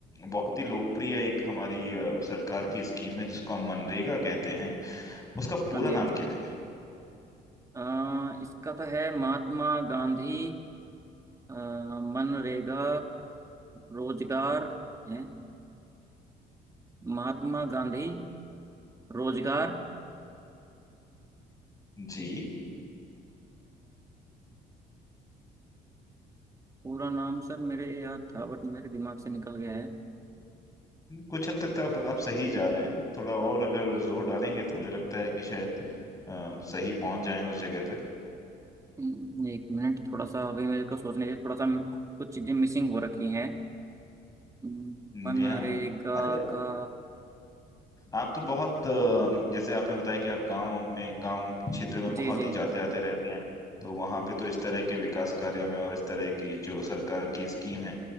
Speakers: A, on the left; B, on the right.
A: बहुत ही लोकप्रिय एक हमारी अ, सरकार की स्कीम है जिसको हम मनरेगा कहते हैं उसका पूरा
B: हाँ जी हाँ
A: नाम
B: जी
A: क्या है
B: अ, इसका तो है महात्मा गांधी अ, मनरेगा रोजगार है महात्मा गांधी रोजगार
A: जी
B: पूरा नाम सर मेरे याद था बट मेरे दिमाग से निकल गया है
A: कुछ हद तक तो आप, आप सही जा रहे हैं थोड़ा और अगर जोर डालेंगे तो मुझे लगता है कि शायद अ, सही पहुंच जाएं उस जगह तक
B: हम्म, एक मिनट थोड़ा सा अभी मेरे को सोचने दीजिए थोड़ा सा कुछ चीजें मिसिंग हो रखी हैं हम्म, मनरेगा
A: जी हाँ अरे
B: का
A: आप तो बहुत अ, जैसे आपने बताया कि आप गांव में गांव क्षेत्र में बहुत
B: जी जी
A: ही जाते आते रहते हैं तो वहां पे तो इस तरह के विकास कार्यों में और इस तरह की जो सरकार की स्कीम है